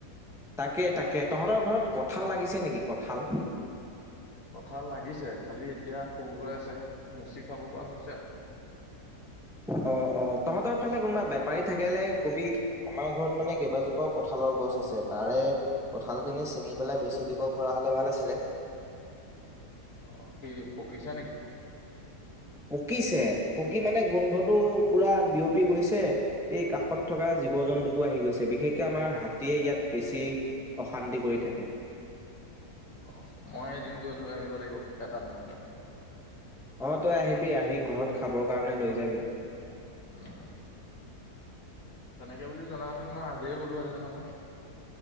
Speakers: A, in the centre; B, on the left.
A: তাকে তাকে তহঁতৰ ঘৰত কঠাল লাগিছে নেকি কঁঠাল?
B: কঠাল লাগিছে খালি এতিয়া সৰু হৈ আছে মুচি খাব পৰা হৈছে আৰু।
A: অ অ তহঁতৰ ফালে কোনোবা বেপাৰী থাকিলে কবি আমাৰ ঘৰত মানে কেইবাজোপা ক কঠালৰ গছ আছে তাৰে কঠালখিনি ছিঙি পেলাই বেছি দিব পৰা হ'লে ভাল আছিলে।
B: অ কি পকিছা নেকি?
A: পকিছে পকি মানে গোন্ধটো পুৰা বিয়পি গৈছে এই কাষত থকা জীৱ জন্তুবোৰ আহি গৈছে বিশেষকে আমাৰ হাতীয়ে ইয়াত বেছি অশান্তি কৰি থাকে।
B: অ মই এদিন গৈ লৈ আহিব লাগিব এটা তেন্তে।
A: অ তই আহিবি আহি ঘৰত খাবৰ কাৰণে লৈ যাবি।
B: অহ তেনেকে বুলি জনাহেতেন মই আজিয়ে গ'লোহেতেন নহয়।